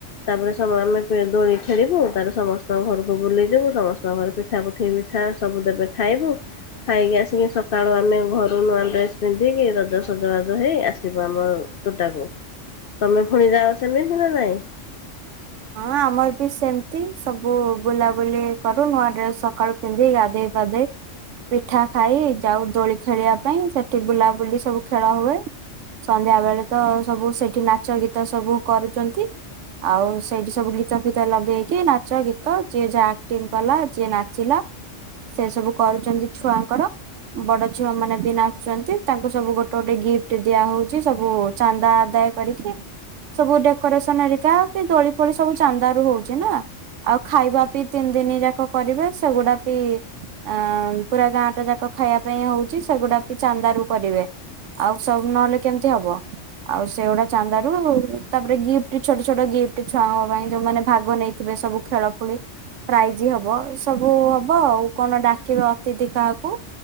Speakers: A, on the left; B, on the right.
A: ତାପରେ <unintelligible> ଆମେ ଦୋଳି ଖେଳିବୁ ତାପରେ ସମସ୍ତଙ୍କ ଘରକୁ ବୁଲିଯିବୁ ସମସ୍ତଙ୍କ ଘରେ ପିଠା ପଠେଇ ପିଠା ସବୁ ଦେବେ ଖାଇବୁ ଖାଇକି ଆସି ସକାଳୁ ଆମେ ଘରୁ ନୂଆ ଡ୍ରେସ୍ ପିନ୍ଧିକି ରଜ ସଜବାଜ ହେଇ ଆସିବୁ ଆମ ତୋଟାକୁ। ତମେ ପୁଣି ଯାଅ ସେମିତି ନା ନାଇଁ?
B: ହଁ ଆମର ବି ସେମ୍ତି ସବୁ ବୁଲାବୁଲି କରୁ ନୂଆ ଡ୍ରେସ୍ ସକାଳୁ ପିନ୍ଧି ଗାଧୋଇ ପାଧେଇ ପିଠା ଖାଇ ଯାଉ ଦୋଳି ଖେଳିବା ପାଇଁ ସେଠି ବୁଲାବୁଲି ସବୁ ଖେଳ ହୁଏ। ସନ୍ଧ୍ୟା ବେଳେ ତ ସବୁ ସେଠି ନାଚ ଗୀତ ସବୁ କରୁଚନ୍ତି, ଆଉ ସେଇଠି ସବୁ ଗୀତ ଫିିତ ଲଗେଇକି ନାଚ ଗୀତ ଯିଏ ଯାହା ଆକ୍ଟିଂ କଲା ଯିଏ ନାଚିଲା ସେ ସବୁ କରୁଚନ୍ତି ଛୁଆଙ୍କର। ବଡ ଝିଅ ମାନେ ବି ନାଚୁ ଚନ୍ତି ତାଙ୍କୁ ସବୁ ଗୋଟେ ଗୋଟେ ଗିଫ୍ଟ ଦିଆ ହଉଚି ସବୁ ଚାନ୍ଦା ଆଦାୟ। କରିକି ସବୁ ଡେକୋରେସନ ହେଳିକା କି ଦୋଳି ଫୋଳି ସବୁ ଚାନ୍ଦା ରୁ ହଉଛି ନା। ଆଉ ଖାଇବା ବି ତିନି ଦିନ ଯାକ କରିବେ ସେଗୁଡା ବି। ଆ ପୁରା ଗାଁ ଟା ଯାକ ଖାଇବା ପାଇଁ ହଉଚି ସେଗୁଡାକ ଚାନ୍ଦାରୁ କରିବେ। ଆଉ ସବୁ ନହେଲେ କେମିତି ହବ। ଆଉ ସେଗୁଡା ଚାନ୍ଦାରୁ ତାପରେ ଗିଫ୍ଟ ଛୋଟ ଛୋଟ ଗି ଏ ଛୁଆଙ୍କ ପାଇଁ ଯୋଉମାନେ ଭାଗ ନେଇଥିବେ ସବୁ ଖେଳ ଖୁଳି। ପ୍ରାଇଜ ହବ ଏ ସବୁ ହବ ଆଉ କଣ ଡାକିବେ ଅତିଥିି କାହାକୁ।